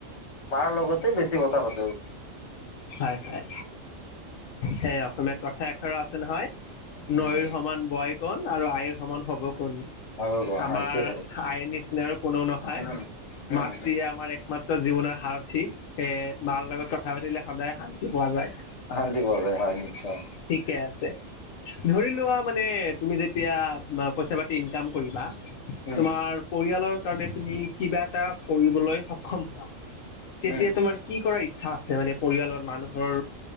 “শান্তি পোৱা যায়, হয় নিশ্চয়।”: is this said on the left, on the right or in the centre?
Left